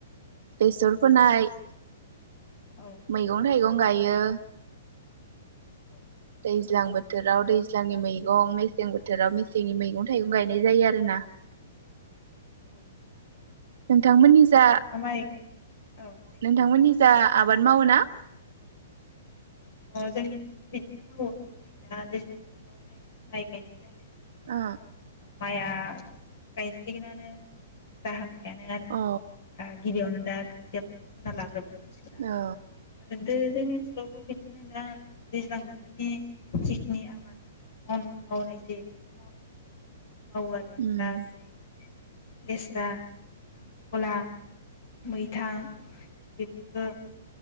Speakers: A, on the right; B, on the left.
A: बेसर फोनाय
B: औ
A: मैगं थाइगं गायो
B: अ
A: दैज्लां बोथोराव दैज्लांनि मैगं मेसें बोथोराव मेसेंनि मैगं थाइगं गायनाय जायो आरोना
B: औ
A: नोंथांमोननि
B: नोंथाङा
A: जा
B: माइ औ दे
A: नोंथांमोननि जा आबाद मावो ना
B: अ जोंनिथिंबो बिदिनो मावो नै दा दैज्लां बोथोरावहाय माइ गायनाय जालाय
A: अ
B: माइआ गायसिगोनानो जाहां माबायानो आरो ओ
A: औ
B: गिबियावनो दा खोथियाफोरखो फोना लाग्रोबाय मानसिफ्रा
A: औ
B: आरो दे जोंनि ओनसोलावबो बिदिनो दा दैज्लां बोथोरनि जिखिनि आबाद माव मावनाय जायो बेखौ माव मावो आरो
A: उम
B: जा जेरै लेस्रा खांख्रिखला मैथा बेफोरखो